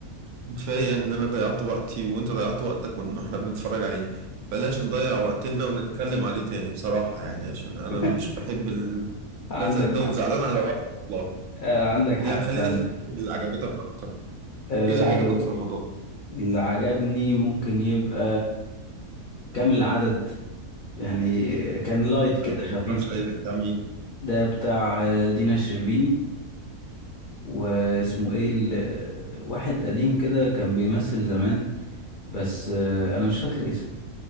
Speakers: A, on the right; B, on the left.
A: كفاية إن أنا ضيعت وقتي وأنت ضيعت وقتك ون- وإحنا بنتفرج عليه بلاش نضيع وقتنا ونتكلم عليه تاني بصراحة يعني عشان أنا
B: طب
A: مش بحب المسلسل
B: عندك
A: ده وزعلان
B: حق
A: على وقتي والله
B: آه عندك
A: يعني
B: حق
A: خلينا
B: فاهم
A: في الحاجات اللي عجبتك أكتر
B: آه
A: إيه اللي عجبك في رمضان؟
B: اللي عجبني ممكن يبقى كامل العدد يعني كان لايت
A: أنت
B: كده
A: عامل-
B: خفيف
A: ما اتفرجتش عليه بتاع مين؟
B: ده بتاع آه، دينا الشربيني واسمه ايه ال- آه، واحد قديم كده كان بيمثل زمان بس آه انا مش فاكر اسمه